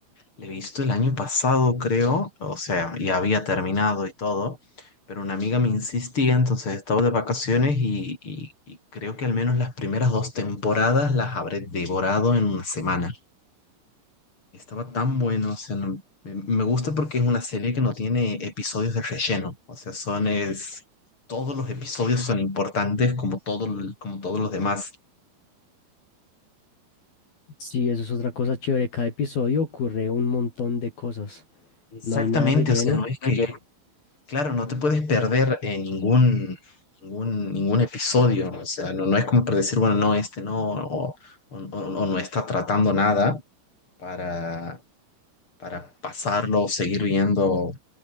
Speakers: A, on the left; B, on the left.
A: la he visto el año pasado, creo. O sea, y había terminado y todo. Pero una amiga me insistía, entonces estaba de vacaciones y, y y creo que al menos las primeras dos temporadas las habré devorado en una semana. Estaba tan bueno, o sea, no- me me gusta porque es una serie que no tiene episodios de relleno, o sea, son es, todos los episodios son importantes como todo, el- como todos los demás.
B: Sí, eso es otra cosa chévere. Cada episodio ocurre un montón de cosas.
A: Exactamente,
B: No hay nada de relleno.
A: o sea, no es que, Ok. claro, no te puedes perder en ningún, ningún, ningún episodio, o sea, no, no es como para decir, bueno, no, este no, o, o- o no está tratando nada para, para pasarlo o seguir viendo